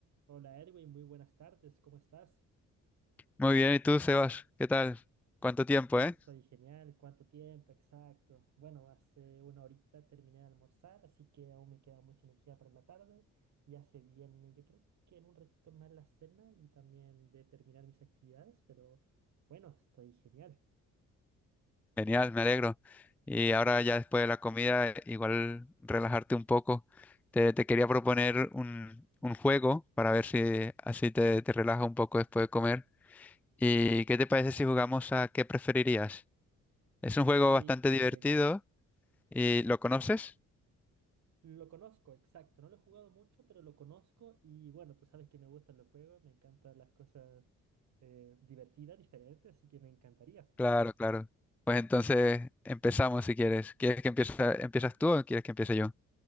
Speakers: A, on the right; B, in the centre.
A: Hola Erwin, muy buenas tardes, ¿cómo estás?
B: Muy bien, ¿y tú, Sebas? ¿Qué tal? ¿Cuánto tiempo,
A: Yo
B: eh?
A: estoy genial, ¿cuánto tiempo? Exacto. Bueno, hace una horita terminé de almorzar, así que aún me queda mucha energía para la tarde. Ya se viene, yo creo que en un ratito más la cena y también de terminar mis actividades, pero bueno, estoy genial.
B: Genial, me alegro. Y ahora ya después de la comida, eh, igual relajarte un poco. Te, te quería proponer un, un juego para ver si así te, te relajas un poco después de comer. ¿Y qué te parece si jugamos a qué preferirías? Es un juego
A: Uy,
B: bastante divertido
A: genial.
B: y ¿lo conoces?
A: Lo conozco, exacto. No lo he jugado mucho, pero lo conozco y bueno, tú sabes que me gustan los juegos, me encantan las cosas eh, divertidas, diferentes, así que me encantaría.
B: Claro, claro. Pues entonces empezamos si quieres. ¿Quieres que empiece, empiezas tú o quieres que empiece yo?